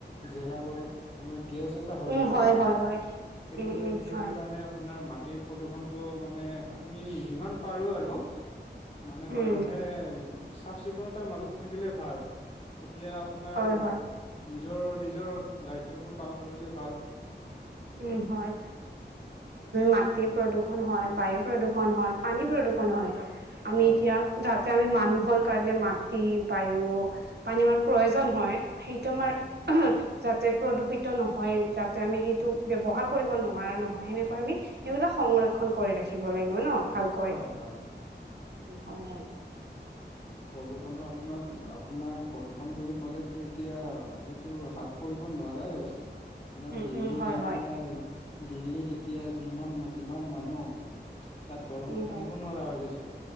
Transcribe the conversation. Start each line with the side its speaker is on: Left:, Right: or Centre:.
Left: জেগাবোৰত মানে গেছ এটা হৈ
Right: উম
Left: যায়
Right: হয়
Left: ন,
Right: হয় হয়
Left: সেইটো
Right: উম উম
Left: এটে সেইটো
Right: হয়
Left: কাৰণে আপোনাৰ মাত টিৰ প্ৰদূষণটো মানে আমি যিমান পাৰোঁ আৰু। মানে
Right: উম
Left: মানুহে চাফ চিকুণতাৰ মাজত থাকিলে ভাল, তেতিয়া আপোনাৰ
Right: হয় হয়
Left: নিজৰ নিজৰ দায়িত্ববোৰ পালন কৰিলে ভাল।
Right: উম, হয়। মাত টিৰ প্ৰদূষণ হয়, বায়ু প্ৰদূষণ হয়, পানী প্ৰদূষণ হয়। আমি
Left: হয়
Right: এতিয়া
Left: হয়
Right: যাতে আমি মা মানুহৰ কাৰণে মাটি, বায়ু, পানী আমাৰ প্ৰয়োজন হয়। সেইটো আমাৰ
Left: হয়
Right: যাতে প্ৰদূষিত নহয়, যাতে আমি সেইটো ব্যৱহাৰ কৰিব নোৱাৰা নহয় সেনেকৈ আমি সেইবিলাক সংৰক্ষন কৰি ৰাখিব লাগিব ন? ভালকৈ।
Left: হয়, হয়।
Right: উম, হয় হয়।
Left: প্ৰদূষণৰ আপোনাক আপোনাৰ প্ৰদূষণ বুলি ক'লেতো এতিয়া এইটো হ্ৰাস ক কৰিব নোৱাৰাই হৈছে, আপোনাৰ
Right: উম,
Left: দিল্লী
Right: উম, হয়, হয়,
Left: আপোনাৰ দিল্লীত এতিয়া যিমান যিমান মানুহ, তাত গৰমত
Right: উম, হয়,
Left: থাকিব নোৱাৰা হৈ গৈছে।